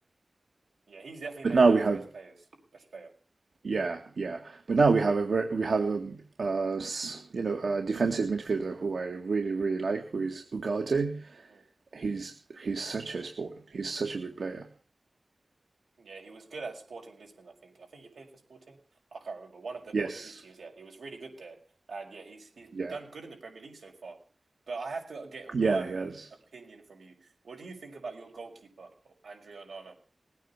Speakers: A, on the right; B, on the right.
A: Yeah, he's definitely
B: But
A: Man
B: now
A: United's
B: we have
A: best players, best player.
B: yeah, yeah. But now we have a ver- we have a uh, s- you know a defensive midfielder who I really really like, who is Ugarte.
A: hmm
B: He's he's such a sport. He's such a good player.
A: Yeah, he was good at Sporting Lisbon, I think. I think he played for Sporting. I can't remember. One of the
B: Yes,
A: Portuguese teams, yeah. He was really good there. And yeah, he's he's
B: yeah,
A: done good in the Premier League so far. But I have to get one
B: yeah, he has.
A: opinion from you. What do you think about your goalkeeper, Andre Onana?